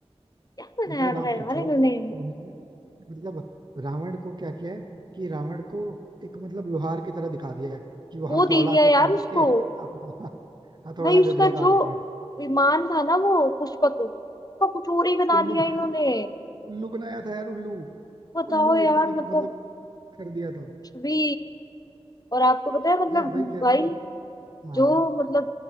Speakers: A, on the left (about 35°); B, on the right (about 40°).
A: क्या बनाया
B: मतलब आप
A: है
B: सोचो
A: यार इन्होंने
B: उन्होंने मतलब रावण को क्या किया है कि रावण को एक मतलब लोहार की तरह दिखा दिया है कि वो
A: वो
B: हथौड़ा
A: दे दिया
B: से
A: यार
B: पीट
A: उसको
B: के अपना <laughs> हथौड़ा
A: भाई उसका
B: दे दिया था
A: जो
B: हाथ में
A: विमान था ना वो पुष्पक उसका कुछ और ही बना
B: उल्लू
A: दिया इन्होंने
B: उल्लू बनाया था यार उल्लू
A: बताओ
B: उल्लू
A: यार
B: उसका भी
A: मतलब
B: मतलब कर दिया था
A: कुछ भी और आपको पता है मतलब
B: यार वही कह
A: भाई
B: रहा हूँ ना हाँ
A: जो मतलब